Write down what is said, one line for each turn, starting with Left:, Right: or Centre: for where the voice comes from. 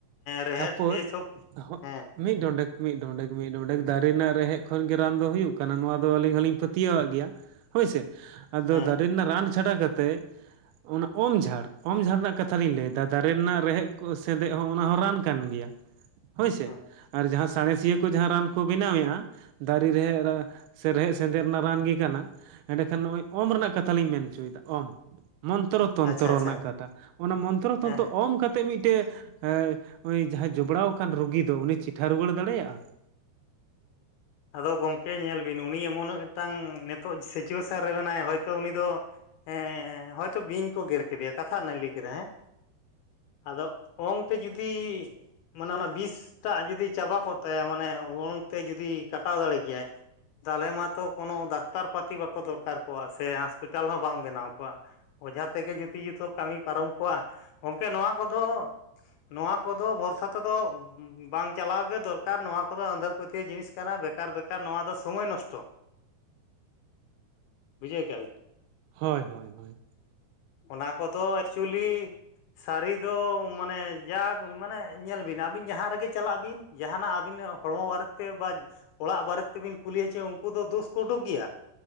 Left: ᱨᱮᱦᱮᱫ
Right: ᱦᱟᱹᱯᱟᱹᱭ
Left: ᱮᱭᱥᱚᱵ
Right: ᱦᱳᱭ᱾
Left: ᱦᱮᱸ
Right: ᱢᱤᱫ ᱰᱚᱸᱰᱮᱠ ᱢᱤᱫ ᱰᱚᱸᱰᱮᱠ ᱢᱤᱫ ᱰᱚᱸᱰᱮᱠ ᱫᱟᱨᱮ ᱨᱮᱱᱟᱜ ᱨᱮᱦᱮᱫ ᱠᱷᱚᱱ ᱜᱮ ᱨᱟᱱ ᱫᱚ ᱦᱩᱭᱩᱜ ᱠᱟᱱᱟ ᱱᱚᱣᱟ ᱫᱚ ᱟᱹᱞᱤᱧ ᱦᱚᱞᱤᱧ ᱯᱟᱹᱛᱭᱟᱹᱣᱟᱜ ᱜᱮᱭᱟ᱾ ᱦᱳᱭᱥᱮ ᱟᱫᱚ
Left: ᱦᱮᱸ
Right: ᱫᱟᱨᱮ ᱨᱮᱱᱟᱜ ᱨᱟᱱ ᱪᱷᱟᱰᱟ ᱠᱟᱛᱮᱫ ᱚᱱᱟ ᱚᱢ ᱡᱷᱟᱲ ᱚᱢ ᱡᱷᱟᱲ ᱨᱮᱱᱟᱜ ᱠᱟᱛᱷᱟ ᱞᱤᱧ ᱞᱟᱹᱭᱫᱟ ᱫᱟᱨᱮ ᱨᱮᱱᱟᱜ ᱨᱮᱦᱮᱫ ᱠᱚ ᱥᱮᱸᱫᱮᱜ ᱦᱚᱸ ᱚᱱᱟ ᱦᱚᱸ ᱨᱟᱱ ᱠᱟᱱ ᱜᱮᱭᱟ ᱦᱳᱭᱥᱮ
Left: ᱦᱮᱸ
Right: ᱟᱨ ᱡᱟᱦᱟᱸ ᱥᱟᱬᱮᱥᱤᱭᱟᱹ ᱠᱚ ᱡᱟᱦᱟᱸ ᱨᱟᱱ ᱠᱚ ᱵᱮᱱᱟᱣᱮᱫᱼᱟ᱾ ᱫᱟᱨᱮ ᱨᱮᱦᱮᱫ ᱨᱟᱱ ᱥᱮ ᱨᱮᱦᱮᱫ ᱥᱮᱸᱫᱮᱜ ᱨᱮᱱᱟᱜ ᱨᱟᱱ ᱜᱮ ᱠᱟᱱᱟ᱾ ᱮᱸᱰᱮ ᱠᱷᱟᱱ ᱱᱚᱜᱼᱚᱭ ᱚᱢ ᱨᱮᱱᱟᱜ ᱠᱟᱛᱷᱟ ᱞᱤᱧ ᱢᱮᱱ ᱦᱚᱪᱚᱭᱮᱫᱟ ᱚᱢ ᱢᱚᱱᱛᱨᱚ ᱛᱚᱱᱛᱨᱚ
Left: ᱟᱪᱪᱷᱟ ᱟᱪᱪᱷᱟ
Right: ᱨᱮᱱᱟᱜ ᱠᱟᱛᱷᱟ ᱚᱱᱟ ᱢᱚᱱᱛᱨᱚ ᱛᱚᱱᱛᱨᱚ
Left: ᱦᱮᱸ
Right: ᱚᱢ ᱠᱟᱛᱮᱜ ᱢᱤᱫᱴᱮᱡ ᱮ ᱱᱩᱭ ᱡᱟᱦᱟᱸᱭ ᱡᱚᱯᱲᱟᱣ ᱟᱠᱟᱱ ᱨᱩᱜᱤ ᱫᱚ ᱩᱱᱤ ᱪᱮᱴᱷᱟ ᱨᱩᱣᱟᱹᱲ ᱫᱟᱲᱮᱭᱟᱜᱼᱟ᱾
Left: ᱟᱫᱚ ᱜᱚᱢᱠᱮ ᱧᱮᱞ ᱵᱤᱱ ᱩᱱᱤ ᱮᱢᱚᱱ ᱢᱤᱫᱴᱟᱱ ᱱᱤᱛᱚᱜ ᱥᱤᱪᱩᱣᱮᱥᱟᱱ ᱨᱮ ᱢᱮᱱᱟᱭᱟ ᱦᱳᱭᱛᱚ ᱩᱱᱤ ᱫᱚ ᱦᱮᱸ ᱦᱳᱭᱛᱚ ᱵᱤᱧ ᱠᱚ ᱜᱮᱨ ᱠᱮᱫᱮᱭᱟ ᱠᱟᱛᱷᱟ ᱨᱮᱱᱟᱜ ᱮ ᱞᱟᱹᱭ ᱠᱮᱫᱟ ᱦᱮᱸ ᱟᱫᱚ ᱚᱝᱛᱮ ᱡᱩᱫᱤ ᱢᱟᱱᱮ ᱚᱱᱟ ᱵᱤᱥ ᱴᱟᱜ ᱡᱩᱫᱤ ᱪᱟᱵᱟ ᱠᱚᱜ ᱛᱟᱭᱟ ᱢᱟᱱᱮ ᱚᱝᱛᱮ ᱡᱩᱫᱤ ᱠᱟᱴᱟᱣ ᱫᱟᱲᱮ ᱠᱮᱭᱟᱭ ᱛᱟᱞᱮ ᱢᱟᱛᱚ ᱠᱳᱱᱳ ᱰᱟᱠᱛᱟᱨ ᱯᱟᱹᱛᱤ ᱵᱟᱠᱚ ᱫᱚᱨᱠᱟᱨ ᱠᱚᱜᱼᱟ ᱥᱮ ᱦᱟᱥᱯᱤᱴᱟᱞ ᱦᱚᱸ ᱵᱟᱝ ᱵᱮᱱᱟᱣ ᱠᱚᱜᱼᱟ᱾ ᱚᱡᱷᱟ ᱛᱮᱜᱮ ᱡᱩᱫᱤ ᱡᱚᱛᱚ ᱠᱟᱹᱢᱤ ᱯᱟᱨᱚᱢ ᱠᱚᱜᱼᱟ ᱜᱚᱢᱠᱮ ᱱᱚᱣᱟ ᱠᱚᱫᱚ ᱱᱚᱣᱟ ᱠᱚᱫᱚ ᱵᱷᱚᱨᱥᱟ ᱛᱮᱫᱚ ᱵᱟᱝ ᱪᱟᱞᱟᱣ ᱜᱮ ᱫᱚᱨᱠᱟᱨ ᱱᱚᱣᱟ ᱠᱚᱫᱚ ᱟᱸᱫᱷᱟ ᱯᱟᱹᱛᱭᱟᱹᱣ ᱡᱤᱱᱤᱥ ᱠᱟᱱᱟ ᱵᱮᱠᱟᱨ ᱵᱮᱠᱟᱨ ᱱᱚᱣᱟ ᱫᱚ ᱥᱚᱢᱚᱭ ᱱᱚᱥᱴᱚ ᱵᱩᱡᱷᱟᱹᱣ ᱠᱮᱜᱼᱟ ᱵᱤᱱ
Right: ᱦᱳᱭ ᱦᱳᱭ ᱦᱳᱭ᱾
Left: ᱚᱱᱟ ᱠᱚᱫᱚ ᱮᱠᱪᱩᱞᱤ ᱥᱟᱹᱨᱤ ᱫᱚ ᱢᱟᱱᱮ ᱡᱟᱠ ᱢᱟᱱᱮ ᱧᱮᱞ ᱵᱤᱱ ᱟᱹᱵᱤᱱ ᱡᱟᱦᱟᱸ ᱨᱮᱜᱮ ᱪᱟᱞᱟᱜ ᱵᱤᱱ ᱡᱟᱦᱟᱱᱟᱜ ᱟᱹᱵᱤᱱ ᱦᱚᱲᱢᱚ ᱵᱟᱨᱮ ᱛᱮ ᱵᱟ ᱚᱲᱟᱜ ᱵᱟᱨᱮ ᱛᱮ ᱵᱤᱱ ᱠᱩᱞᱤᱭᱟ ᱪᱮ ᱩᱱᱠᱩ ᱫᱚ ᱫᱳᱥ ᱠᱚ ᱩᱰᱩᱠ ᱜᱮᱭᱟ᱾